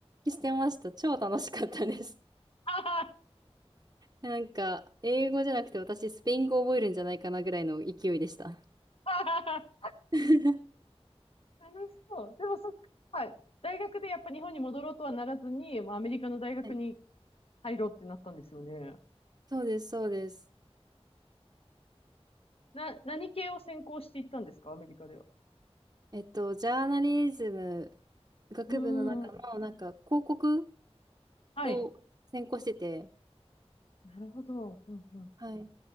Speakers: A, on the right; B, on the left.
A: してました。超楽しかったです。
B: はは
A: なんか、英語じゃなくて私、スペイン語覚えるんじゃないかなぐらいの勢いでした。
B: はは
A: <laughs>
B: 楽しそう。でもそっか、はい大学でやっぱ日本に戻ろうとはならずに、まあ、アメリカの大学に
A: はい
B: 入ろうってなったんですよね。
A: そうです、そうです。
B: な、何系を専攻していったんですかアメリカでは。
A: えっと、ジャーナリズム学部の中の、
B: うーん。
A: なんか、広告
B: はい。
A: を専攻してて、
B: なるほど。うんうん。
A: はい。